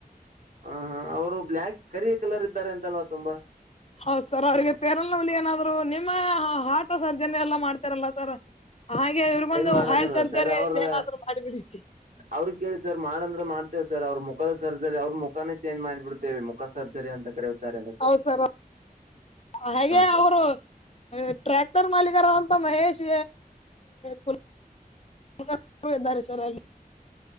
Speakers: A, on the right; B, on the left.
A: ಹ ಹ ಅವ್ರು ಬ್ಲ್ಯಾಕ್ ಕರಿಯ ಕಲರ್ ಇದ್ದಾರೆ ಅಂತಲ್ವಾ ತುಂಬಾ? <inaudible>
B: ಹೌದ ಸರ್ ಅವರಿಗೆ ಪೇರನಲವ್ಲಿ ಏನಾದ್ರು ನಿಮ್ಮ ಹಾರ್ಟ್ ಸರ್ಜನೆ ಎಲ್ಲಾ ಮಾಡ್ತಾರಲ್ಲ ಸರ್. <inaudible> ಹಾಗೆ ಇವರಗೊಂದ
A: ಏನ್ ಮಾಡಕಲ್ಲ
B: ಹಾರ್ಟ್ ಸರ್ಜರಿ
A: ಸರ್ ಅವ್ರ
B: ಏನಾದ್ರು ಮಾಡಬಿಡಿ. <inaudible>
A: ಅವ್ರ ಕೇಳಿ ಸರ್ ಮಾಡಂದ್ರ ಮಾಡ್ತೇವ ಸರ್ ಅವ್ರ ಮುಖದ ಸರ್ಜರಿ ಅವ್ರ ಮುಖನೇ ಚೇಂಜ್ ಮಾಡಿಬಿಡ್ತ <inaudible> ವೆ ಮುಖ ಸರ್ಜರಿ ಅಂತ ಕರೆಯುತ್ತಾರೆ. ಅದಕ <inaudible>
B: ಹೌದ ಸರ್. <inaudible> ಹಾಗೆ
A: ಸರ್
B: ಅವರು ಟ್ರ್ಯಾಕ್ಟರ್ ಮಾಲೀಕರ ಅಂತ ಮಹೇಶ್ ಕುಲ್ <inaudible> ಯಾವತ್ತೂ ಹೋಗ ಬೇಡಿ ಸರ್ ಅಲ್ಲಿ. <inaudible> <unintelligible>